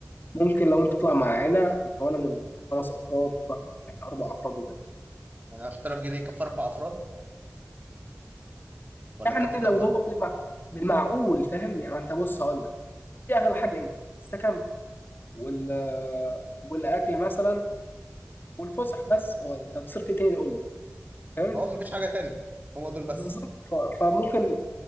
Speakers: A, on the left (about 45°); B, on the right (about 35°).
A: ممكن لو أنت تطلع مع عائلة مكونة من خمس أفراد بقى، يعني أربع أفراد وكده
B: يعني 10000 جنيه يكفي اربع افراد ولا
A: يعني
B: يكفي كام
A: لو
B: فرد
A: هو بالمع... بالمعقول فاهم يعني أنت بص هقول لك دي أغلى حاجة إيه؟ السكن وال والأكل مثلا والفسح بس هو أنت هتصرف إيه تاني قول لي فاهم؟
B: هو مفيش حاجه تاني هم دول بس
A: بالظبط ف... فممكن